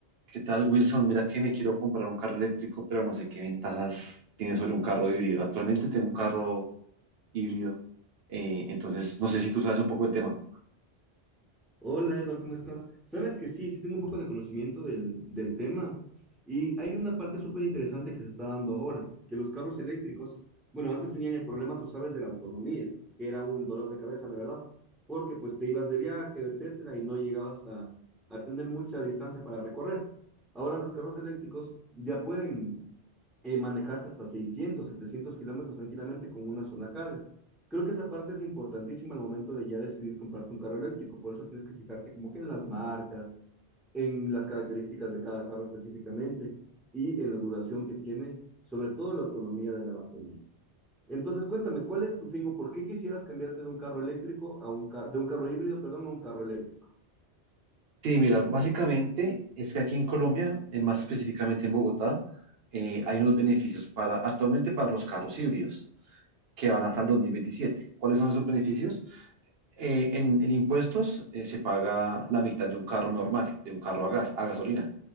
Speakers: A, on the right; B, in the centre.
A: ¿Qué tal, Wilson? Mira que me quiero comprar un carro eléctrico, pero no sé qué ventajas tiene sobre un carro híbrido. Actualmente tengo un carro híbrido, eh, entonces no sé si tú sabes un poco el tema.
B: Hola Edward, ¿cómo estás? Sabes que sí, sí tengo un poco de conocimiento del, del tema y hay una parte súper interesante que se está dando ahora, que los carros eléctricos, bueno, antes tenían el problema, tú sabes, de la autonomía, que era un dolor de cabeza, la verdad, porque pues te ibas de viaje, etcétera, y no llegabas a, a tener mucha distancia para recorrer. Ahora los carros eléctricos ya pueden eh, manejarse hasta 600, 700 kilómetros tranquilamente con una sola carga. Creo que esa parte es importantísima al momento de ya decidir comprarte un carro eléctrico, por eso tienes que fijarte como que en las marcas, en las características de cada carro específicamente y en la duración que tiene, sobre todo la autonomía de la batería. Entonces, cuéntame, ¿cuál es tu fin o por qué quisieras cambiarte de un carro eléctrico a un ca- de un carro híbrido, perdón, a un carro eléctrico?
A: Sí, mira, básicamente es que aquí en Colombia, eh, más específicamente en Bogotá, eh, hay
B: Mm.
A: unos beneficios para actualmente para los carros híbridos que van hasta el 2027. ¿Cuáles son esos beneficios? eh, en, en impuestos eh, se paga la mitad de un carro normal, de un carro a gas, a gasolina.